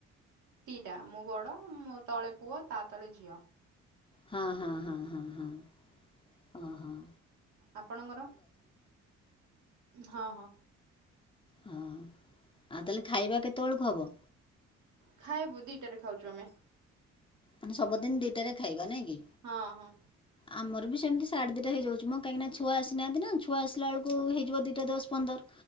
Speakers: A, on the right; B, on the left.
A: ଦିଟା ମୁଁ ବଡ ମୋ ତଳେ ପୁଅ ତା ତଳେ ଝିଅ।
B: ହଁ ହଁ ହଁ ହଁ ହଁ ହଁ ହଁ।
A: ଆପଣଙ୍କର? ହଁ ହଁ।
B: ହଁ ଆଉ ତାହେଲେ ଖାଇବା କେତେବେଳକୁ ହେବ।
A: ଖାଇବୁ ଦିଟାରେ ଖାଉଛୁ ଆମେ।
B: ମାନେ ସବଦିନ ଦିଟାରେ ଖାଇବା ନାଇଁ। କି?
A: ହଁ ହଁ।
B: ଆମର ବି ସେମିତି ସାଢ଼େ ଦିଟା ହେଇଯାଉଛି ମ କାହିଁକି ନା ଛୁଆ ଆସିନାହାନ୍ତି ନା ଛୁଆ ଆସିଲା ବଳକୁ ହେଇଯିବ ଦିଟା ଦଶ ପନ୍ଦର।